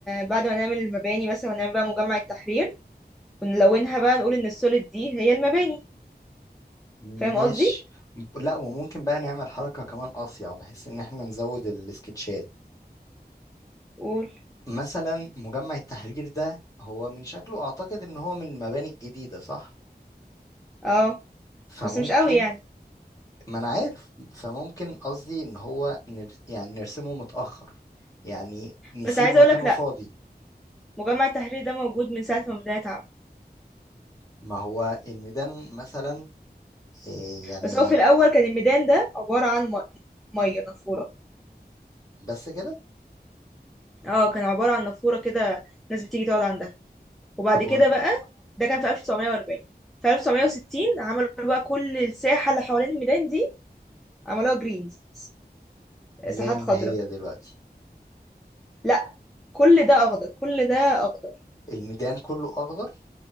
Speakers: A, in the centre; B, on the left (about 20°).
A: بعد ما نعمل المباني مثلا ونعمل بقى مجمع التحرير ونلونها بقى نقول ان السوليد دي هي المباني
B: ماشي
A: فاهم قصدي
B: ب- لا وممكن بقى نعمل حركة كمان أصيع بحيث ان احنا نزود السكتشات
A: قول
B: مثلا مجمع التحرير ده هو من شكله اعتقد ان هو من المباني الجديدة صح
A: اه
B: فممكن
A: بس مش قوي يعني
B: ما انا عارف فممكن قصدي ان هو نر... يعني نرسمه متأخر يعني نسيب
A: بس عايزه
B: مكانه
A: اقولك لا
B: فاضي
A: مجمع التحرير ده موجود من ساعه ما بدات
B: ما هو الميدان مثلا إيه يعني
A: بس هو في الأول كان الميدان ده عبارة عن م- مية نافورة
B: بس كده
A: اه كان عبارة عن نافورة كده ناس بتيجي تقعد عندها وبعد
B: طب
A: كده
B: ون-
A: بقى ده كان في 1940 في 1960 عملوا بقى كل الساحة اللي حوالين الميدان دي عملوها جرينز
B: زي
A: ساحات
B: ما
A: خضراء
B: هي دلوقتي
A: لا كل ده أخضر كل ده أخضر
B: الميدان كله اخضر